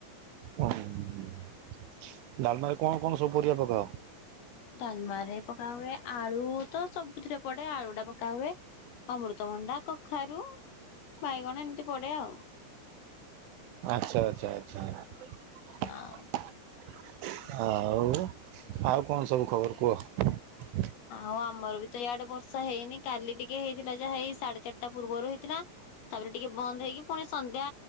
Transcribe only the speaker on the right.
ଉଁ ଡାଲମାରେ କଣ କଣ ସବୁ ପରିବା ପକାଅ?
ଆଚ୍ଛା ଆଚ୍ଛା ଆଚ୍ଛା
ଆଉ। ଆଉ କଣ ସବୁ ଖବର କୁହ?